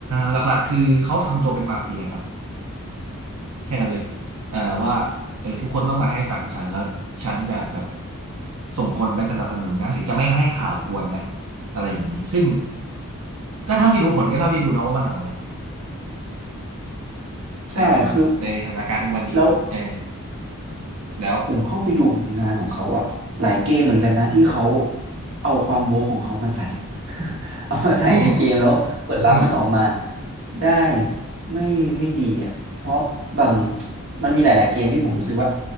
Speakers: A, on the right; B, on the right.
A: หลักๆคือเขาทำตัวเป็นมาเฟียครับแค่นั้นเลยอ่าว่าเออทุกคนต้องมาให้ตังค์ฉันแล้วฉันจะแบบส่งคนไปสนับสนุนนะหรือจะไม่ให้ข่าวกวนนะอะไรอย่างนี้ซึ่งก็เท่าที่รู้ผลก็เท่าที่ดูเนาะว่ามันออกมาเป็นยังไงเออ
B: ใช่คือ
A: ในสถานการณ์ทุกวันนี้เออ
B: แล้ว
A: แล้ว
B: ผมเข้าไปดูผลงานของเขาอะหลายเกมเหมือนกันนะที่เขาเอาความโว้ของเขามาใส่ เอามาใส่ในเกมแล้วผลลัพธ์มันออกมา
A: อืม อืม
B: ได้ไม่ไม่ดีอ่ะเพราะบางมันมีหลายๆเกมที่ผมรู้สึกว่า